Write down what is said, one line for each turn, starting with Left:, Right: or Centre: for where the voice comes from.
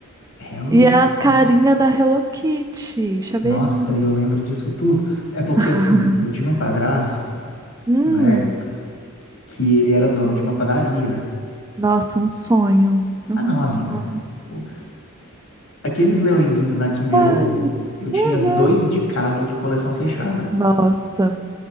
Left: Hello
Right: E é as
Left: Kitty.
Right: carinhas da Hello Kitty, chaveirinho.
Left: Nossa, e eu lembro disso tudo. É porque,
Right: <laughs>
Left: assim, eu tive um padrasto,
Right: Hum,
Left: na época, que ele era dono de uma padaria.
Right: nossa, um sonho, um
Left: Ah, não, amiga.
Right: sonho.
Left: O- Aqueles leõezinhos na Kinder
Right: Ai,
Left: Ovo, eu tinha
Right: uhum.
Left: dois de cada de coleção fechada.
Right: Nossa.